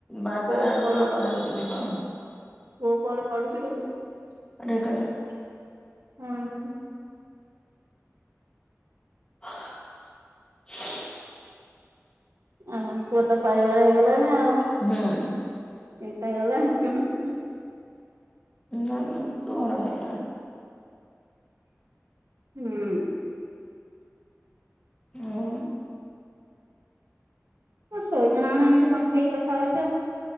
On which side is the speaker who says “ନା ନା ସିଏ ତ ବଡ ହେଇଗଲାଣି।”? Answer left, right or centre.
Left